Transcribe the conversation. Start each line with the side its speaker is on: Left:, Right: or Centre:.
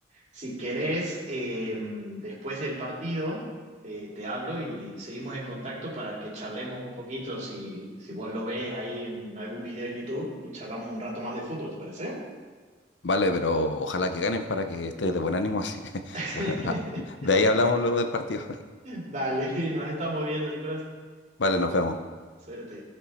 Right: Si querés, eh, después del partido, te, te hablo y seguimos en contacto para que charlemos un poquito, si, si vos lo ves ahí en algún video en YouTube, y charlamos un rato más de fútbol, ¿te parece?
Left: Vale, pero ojalá que ganen para que estés de buen ánimo. Así que,
Right: <laughs>
Left: <laughs> bueno, de ahí hablamos luego del partido.
Right: Dale, nos estamos viendo, Nicolás.
Left: <laughs> Vale, nos vemos.
Right: Suerte.